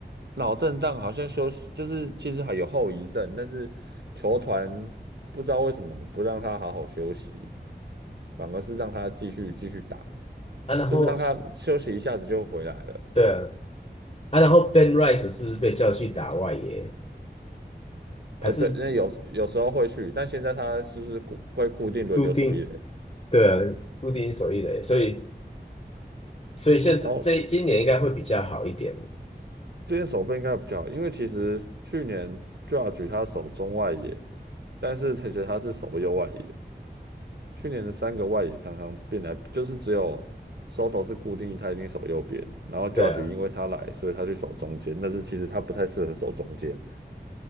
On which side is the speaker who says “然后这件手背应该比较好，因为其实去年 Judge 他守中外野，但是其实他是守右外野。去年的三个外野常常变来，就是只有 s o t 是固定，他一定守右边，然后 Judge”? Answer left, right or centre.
Right